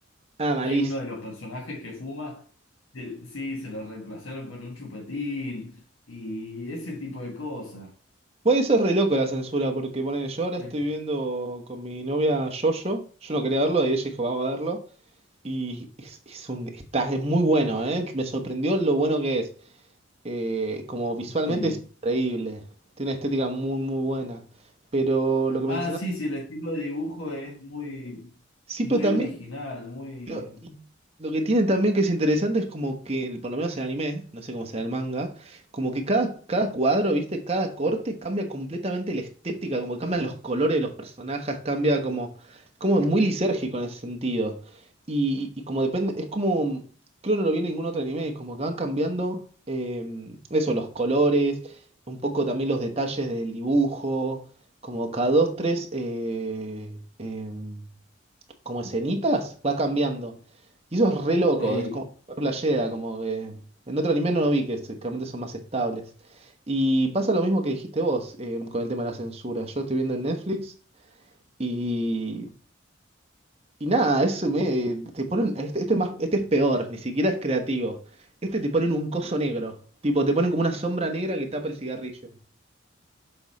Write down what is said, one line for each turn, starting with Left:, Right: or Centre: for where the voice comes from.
Right: ah, malís.
Left: Hay uno de los personajes que fuma, que sí, se lo reemplazaron con un chupetín y ese tipo de cosas.
Right: Bueno, eso es re loco la censura, porque pone, yo ahora
Left: Pero
Right: estoy viendo con mi novia Yoyo. Yo no quería verlo y ella dijo, vamos a verlo. Y es, es un, está, es muy bueno, ¿eh? Me sorprendió lo bueno que es. Eh, como visualmente
Left: sí.
Right: es increíble. Tiene una estética muy, muy buena. Pero lo que
Left: Ah,
Right: mencionaba.
Left: sí, sí, el estilo de dibujo es muy,
Right: Sí,
Left: muy
Right: pero también.
Left: original, muy...
Right: Lo, y lo que tienen también que es interesante es como que, el- por lo menos el anime, no sé cómo será el manga, como que cada, cada cuadro, ¿viste? Cada corte cambia completamente la estética, como que cambian los colores de los personajes, cambia como, es como muy lisérgico en ese sentido. Y, y como depende, es como, creo que no lo vi en ningún otro anime, como que van cambiando eh, eso, los colores, un poco también los detalles del dibujo, como cada dos, tres... eh, em, como escenitas, va cambiando. Y eso es re loco,
Left: Sí.
Right: es como re playera, como que en otro anime no lo vi, que se- que realmente son más estables. Y pasa lo mismo que dijiste vos eh, con el tema de la censura. Yo estoy viendo en Netflix y, y nada, eso me, te ponen, este, este es más, este es peor, ni siquiera es creativo. Este te ponen un coso negro, tipo te ponen como una sombra negra que tapa el cigarrillo.